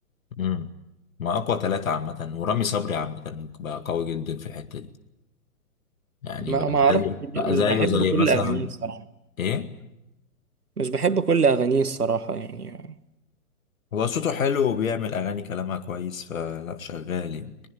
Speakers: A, on the left; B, on the right.
A: امم ما اقوى ثلاثة عامة ورامي صبري عامة بقى قوي جدا في الحتة دي يعني
B: ما
A: بقى
B: ما
A: زيه
B: أعرف مش
A: بقى زيه
B: بحب
A: زي
B: كل
A: مثلا
B: أغانيه الصراحة
A: ايه
B: مش بحب كل أغانيه الصراحة يعني
A: هو صوته حلو وبيعمل اغاني كلامها كويس فلا شغال يعني